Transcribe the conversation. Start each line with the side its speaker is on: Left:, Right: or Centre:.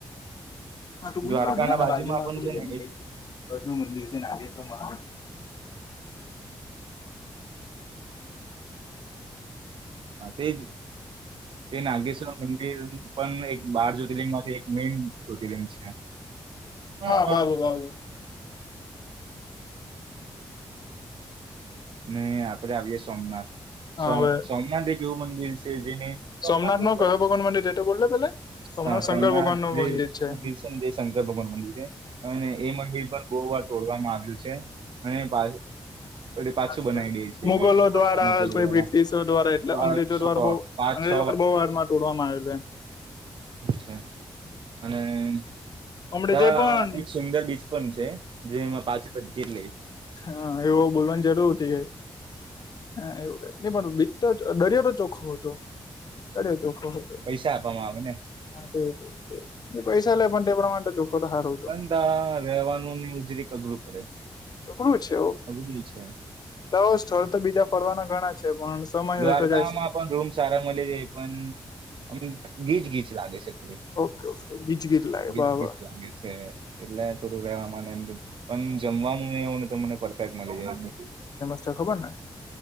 Left: હા ત બોલની
Right: દ્વારકાના
Left: આપના
Right: બાજુમાં
Left: રાજમા
Right: પણ
Left: કરી
Right: છે ને એક
Left: અજુ મંદિર છે નાગેશ્વર મહાદેવ.
Right: હા તેજ તે નાગેશ્વર મંદિર પણ એક બાર જ્યોતિર્લિંગ માંથી એક મેન જ્યોતિર્લિંગ છે. હ
Left: હા
Right: બાલ
Left: બાબુ
Right: ગેવા
Left: બાબુ
Right: દે. ને આપડે આવીએ સોમનાથ
Left: હા
Right: સોમ
Left: હવે
Right: સોમનાથ એક એવું મંદિર છે જેને સોમનાથનુ
Left: સોમનાથ
Right: <inaudible>
Left: નો કયો ભગવાન મંદિર એ તો બોલો પેલા
Right: હ
Left: શંકર
Right: સોમનાથ
Left: ભગવાન નું
Right: જે
Left: મંદિર છે
Right: દીસંદેશ શંકર ભગવાન નું મંદિર છે અને એ મંદિર પણ બહુ વાર તોડવામાં આવ્યું છે અને પા એટલે પાછું
Left: પા
Right: બનાવી દે છે એને
Left: મુગલો દ્વારા
Right: મુગલ
Left: કોઈ
Right: દ્વારા
Left: બ્રિટિશો દ્વારા એટલે
Right: પાંચ
Left: અંગ્રેજો
Right: છ
Left: દ્વારા બઉ
Right: પાંચ
Left: અંગ્રેજ
Right: છ
Left: લોકો બહુ વાર માં તોડવામાં આવેલુ એમ.
Right: અછા અને
Left: હમણે
Right: તો
Left: જે પણ
Right: એક સુંદર બીચ પણ છે જેમાં પાચ રૂપા ટીકીટ લેઈ.
Left: હા એવો બોલવાની જરૂર હતી ગઈ. હ એવુંક નહી પણ બીતો દરિયા તો ચોખો હતો. દરિયો ચોખ્ખો હતો.
Right: પૈસા આપવામાં આવે ને?
Left: હા તે ની પૈસા લે પણ તે પ્રમાણે તો ચોખો તો હારું તો.
Right: પણ તા રહેવાનું ને ઉજરીક અઘરું પડે
Left: અકડું છે ઓ
Right: અઘરું છે
Left: તો સ્થળ તો બીજા ફરવાના ઘણા છે પણ સમય
Right: દ્વારકામાં
Left: વતો જાય છે.
Right: પણ રૂમ સારા મળી જાય પણ અમ ગીચ ગીચ લાગે છે થોડી.
Left: ઓકે ઓકે ગીજ ગીજ લાયા
Right: ગીચ
Left: બાપા
Right: ગીચ લાગે છે. એટલે થોડું રહેવા ને એમ પણ જમવાનું એવું ને તો મને પરફેક્ટ મળી જાય છે.
Left: તન ખબરને